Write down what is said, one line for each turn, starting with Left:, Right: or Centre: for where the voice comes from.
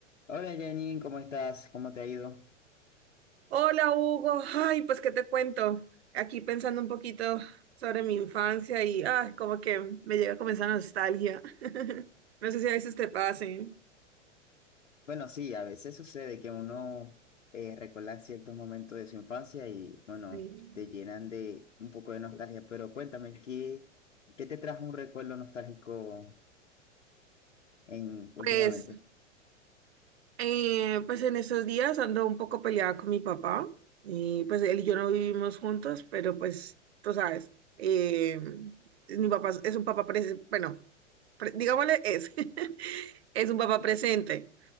Left: Hola Janine, ¿cómo estás? ¿Cómo te ha ido?
Right: Hola Hugo, ay, pues qué te cuento. Aquí pensando un poquito sobre mi infancia y ay, como que me llega a comenzar nostalgia. <laughs> No sé si a veces te pase.
Left: Bueno, sí, a veces sucede que uno eh, recuerda ciertos momentos de su infancia y bueno,
Right: Sí.
Left: te llenan de un poco de nostalgia, pero cuéntame, ¿qué, qué te trajo un recuerdo nostálgico en, últimamente?
Right: Pues, eh, pues en estos días ando un poco peleada con mi papá. Y pues él y yo no vivimos juntos, pero pues tú sabes, eh, mi papá es es un papá presente, bueno, pre- digámosle es, <laughs> es un papá presente.